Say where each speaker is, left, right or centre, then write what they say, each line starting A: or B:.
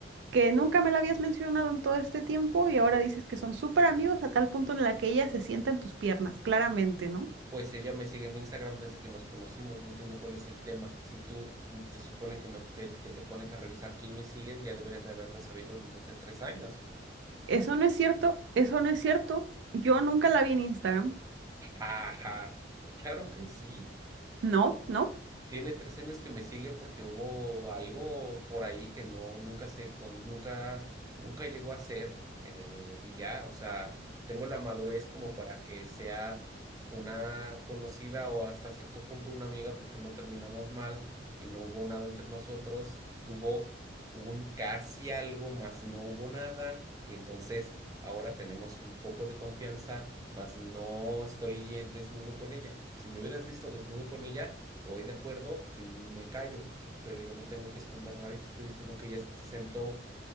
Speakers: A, on the right; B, on the right.
A: que nunca me la habías mencionado en todo este tiempo y ahora dices que son súper amigos a tal punto en la que ella se sienta en tus piernas, claramente, ¿no?
B: Pues ella me sigue en Instagram desde que nos conocimos, no entiendo cuál es el tema. Si tú mm, se supone que, me, te, que te pones a revisar quién me sigue, ya deberías de haberlo sabido desde hace tres años.
A: Eso no es cierto, eso no es cierto. Yo nunca la vi en Instagram.
B: Ajá, claro que sí.
A: No, no.
B: Tiene tres años que me sigue porque hubo algo por ahí que no, nunca se con, nunca, nunca llegó a ser. eh, y ya, o sea, tengo la madurez como para que sea una conocida o hasta cierto punto una amiga porque no terminamos mal y no hubo nada entre nosotros. Hubo un casi algo, más no hubo nada. Y entonces ahora tenemos un poco de confianza, más no estoy eh, desnudo con ella. Si me hubieras visto desnudo con ella voy de acuerdo y me callo, pero yo no tengo que esconder nada y te estoy diciendo que ella se sentó